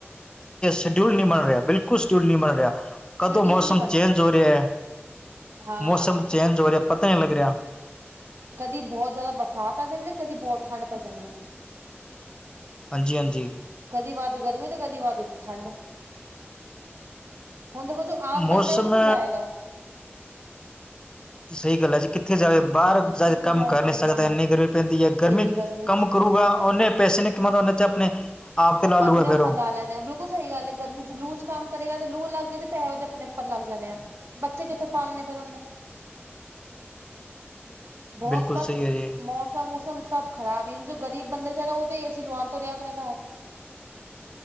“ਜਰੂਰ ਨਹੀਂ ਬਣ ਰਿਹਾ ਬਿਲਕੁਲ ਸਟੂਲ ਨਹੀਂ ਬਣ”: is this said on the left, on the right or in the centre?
Left